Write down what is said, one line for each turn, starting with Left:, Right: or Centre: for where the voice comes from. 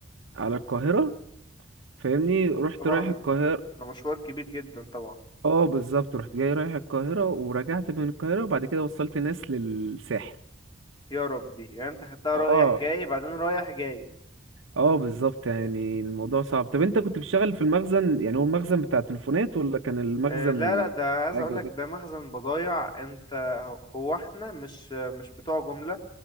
Right: على
Left: م-
Right: القاهرة فاهمني رحت
Left: طبعا
Right: رايح القاهرة
Left: ده مشوار كبير جدا طبعا
Right: اه بالظبط رحت جاي رايح القاهرة ورجعت من القاهرة وبعد كده وصلت ناس للساحل
Left: يا ربي يعني انت خدتها
Right: اه
Left: رايح جاي بعدين رايح جاي
Right: اه بالظبط يعني الموضوع صعب طب انت كنت بتشتغل في المخزن يعني هو المخزن بتاع التليفونات ولا كان المخزن
Left: آه، لا لا ده عايز
Right: حاجة
Left: اقول لك
Right: ده
Left: ده مخزن بضايع انت هو احنا مش مش بتوع جملة